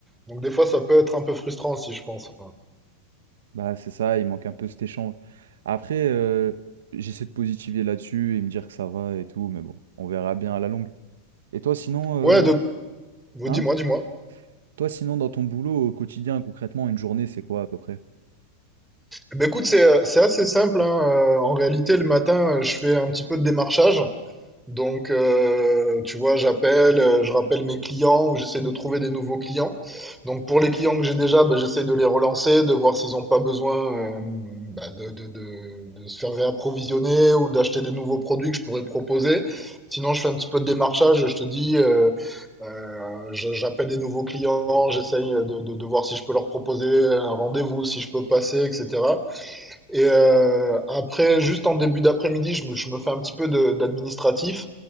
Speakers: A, in the centre; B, on the right (about 80°).
A: Donc, des fois, ça peut être un peu frustrant aussi, je pense.
B: Bah, c'est ça, il manque un peu cet échange. Après, euh, j'essaie de positiver là-dessus et me dire que ça va et tout, mais bon, on verra bien à la longue. Et toi, sinon, euh,
A: Ouais, de... vous,
B: hein?
A: dis-moi, dis-moi.
B: Toi, sinon, dans ton boulot au quotidien, concrètement, une journée, c'est quoi à peu près?
A: Eh Ben, écoute, c'est, euh, c'est assez simple, hein. Euh, En réalité, le matin, euh, je fais un petit peu de démarchage. Donc, euh, tu vois, j'appelle, euh, je rappelle mes clients ou j'essaie de trouver des nouveaux clients. Donc, pour les clients que j'ai déjà, bah, j'essaie de les relancer, de voir s'ils n'ont pas besoin euh, bah, de, de, de, de se faire réapprovisionner ou d'acheter des nouveaux produits que je pourrais proposer. Sinon, je fais un petit peu de démarchage. Je te dis, euh, euh, je- j'appelle des nouveaux clients, j'essaye de, de, de voir si je peux leur proposer un rendez-vous, si je peux passer, etc. Et euh, après, juste en début d'après-midi, je me, je me fais un petit peu de- d'administratif,